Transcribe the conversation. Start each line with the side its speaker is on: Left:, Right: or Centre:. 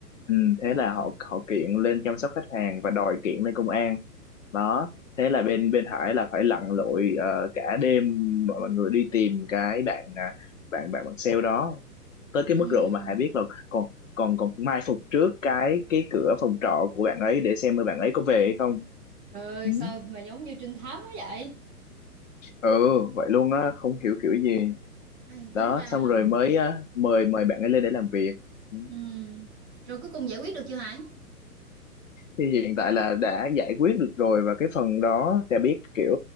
Left: ừ,
Right: Ừ.
Left: thế là họ họ kiện lên chăm sóc khách hàng và đòi kiện lên công an đó thế là bên bên Hải là phải lặn lội ờ, cả đêm mọi mọi người đi tìm cái bạn à, bạn bạn bạn sale đó tới cái
Right: Ừ.
Left: mức độ mà Hải biết là còn còn còn mai phục trước cái cái cửa phòng trọ của bạn ấy để xem bạn ấy có về hay không
Right: Trời ơi,
Left: ừ,
Right: sao mà giống như trinh thám quá vậy?
Left: ừ vậy luôn á không hiểu kiểu gì
Right: Ê,
Left: đó
Right: tính ra
Left: xong
Right: là...
Left: rồi mới á, mời mời bạn ấy lên để làm việc Ừ.
Right: Ừ. Rồi cuối cùng giải quyết được chưa Hải?
Left: thì hiện tại là đã giải quyết được rồi và cái phần đó Trà biết kiểu